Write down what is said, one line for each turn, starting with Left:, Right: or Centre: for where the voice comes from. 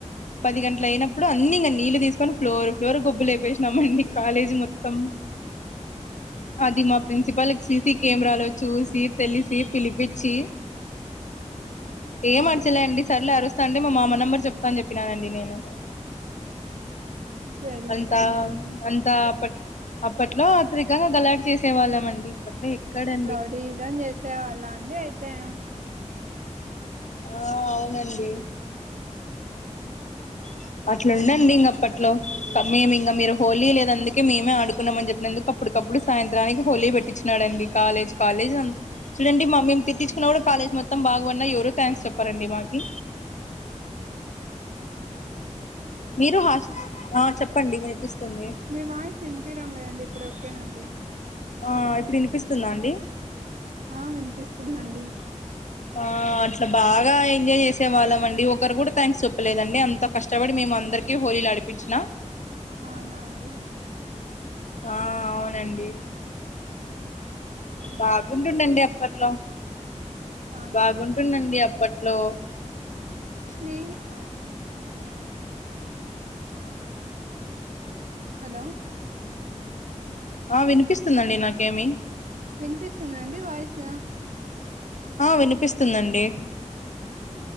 Left: పది గంటల అయినప్పుడు అన్ని ఇంకా నీళ్లు తీసుకొని ఫ్లోర్ ఫ్లోర్ గొబ్బు లేపేసినామండి కాలేజీ మొత్తం అది మా ప్రిన్సిపల్ సీసీ కెమెరాలో చూసి తెలిసి పిలిపించి ఏం
Right: అవునా
Left: అరచలే అండి సర్లు ఆరోజు సండే మా మామ నంబర్ చెప్తా అని చెప్పినానండి నేను
Right: సరిపోయిందండి
Left: అంతా అంతా పట అప్పట్లో త్రికంగా గలాట చేసే వాళ్ళమండి అట్లీ ఇక్కడే
Right: రౌడీయిజం చేసే వాళ్ళ అండి అయితే
Left: ఆ అవునండి అ అట్లా ఉండండి ఇంగ అప్పట్లో మేమే ఇంగా మీరు హోలీ లేదు అందుకే మేమే ఆడుకున్నామని చెప్పినందుకు అప్పుటికప్పుడు సాయంత్రానికి హోలీ పెట్టిచ్చినాడండి కాలేజ్ కాలేజ్ అం చూడండి మా మేము తిట్టించుకున్న కూడా కాలేజ్ మొత్తం బాగుపడన్న ఎవరు థాంక్స్ చెప్పారండి మాకి మీరు హా ఆ చెప్పండి వినిపిస్తుంది
Right: మీ వాయిస్ వినిపియ్యడం లేదండి బ్రోకెన్ అండి
Left: హా ఇప్పుడు వినిపిస్తుందా అండి
Right: ఆ వినిపిస్తుందండి
Left: అ ఆ అట్లా బాగా ఎంజాయ్ చేసే వాళ్ళమండి ఒకరు కూడా థాంక్స్ చెప్పలేదండి అంత కష్టపడి మేమ అందరికి హోలీలు ఆడిపిచ్చిన
Right: అవునా అండి
Left: ఆ అవునండి బాగుంటుండండి
Right: ఉందండి
Left: అప్పట్లో
Right: అవునండి
Left: బాగుంటుండండి అప్పట్లో
Right: స్నేహినా న్ అనుకుంటున్నానండి హలో
Left: ఆ వినిపిస్తుందండి నాకేమి
Right: వినిపిస్తుందా అండి వాయిస్
Left: ఆ వినిపిస్తుందండి